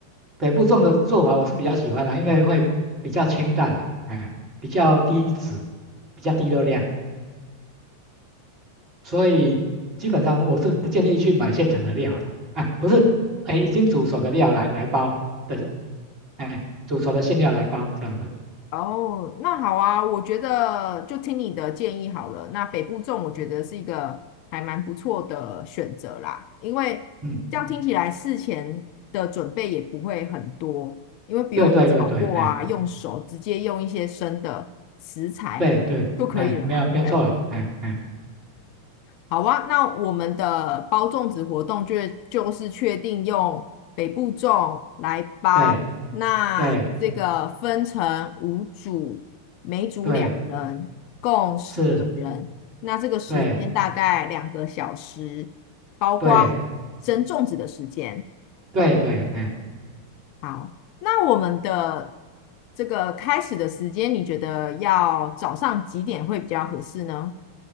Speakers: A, on the right; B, on the left.
A: 北部种的做法我是比较喜欢的、因为会比较清淡的、哎，比较低脂，比较低热量，所以基本上我是不建议去买现成的料了，哎，不是，哎，已经煮熟的料来来包的，哎，煮熟的馅料来包这样子，
B: 哦，那好啊，我觉得就听你的建议好了。那北部粽我觉得是一个还蛮不错的选择啦，
A: 嗯，
B: 因为这样听起来事前的准备也不会很多，
A: 嗯
B: 因为不用再炒过啊，
A: 对对对对，哎，
B: 用手直接用一些生的食材就可以了嘛，
A: 对对，哎，没有没有错，
B: 对不对？
A: 哎哎，
B: 好啊，那我们的包粽子活动就就是确定用北部粽来包，
A: 对
B: 那这个分成五组，
A: 对
B: 每组两人，
A: 对，
B: 共十个人。
A: 是，
B: 那这个时间大概两个小时，
A: 对。
B: 包括
A: 对
B: 蒸粽子的时间。
A: 对对，哎，
B: 好，那我们的这个开始的时间，你觉得要早上几点会比较合适呢？